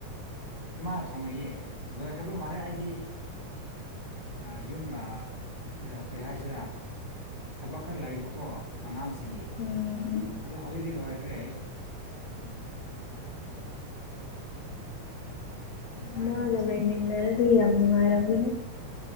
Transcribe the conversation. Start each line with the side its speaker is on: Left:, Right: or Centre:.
Right: ꯏꯃꯥꯅ ꯊꯣꯡꯉꯤꯌꯦ ꯂꯣꯏꯈ꯭ꯔꯕ ꯃꯥꯜꯂꯦ ꯑꯩꯗꯤ ꯑ ꯌꯨꯝ ꯑ ꯀꯩ ꯍꯥꯏꯁꯤꯔꯥ ꯊꯕꯛ ꯈꯔ ꯂꯩꯌꯦꯕꯀꯣ ꯑꯉꯥꯡꯁ ꯁꯤꯡꯒꯤ
Left: ꯎꯝ
Right: ꯑꯗꯣ ꯍꯧꯖꯤꯛꯇꯤ ꯂꯣꯏꯈ꯭ꯔꯦ ꯑꯗꯨ ꯉꯁꯥꯏꯅ
Left: ꯃꯥꯒ ꯂꯩꯃꯤꯟꯅꯔꯗꯤ ꯌꯥꯝ ꯅꯨꯡꯉꯥꯏꯔꯝꯒꯅꯤ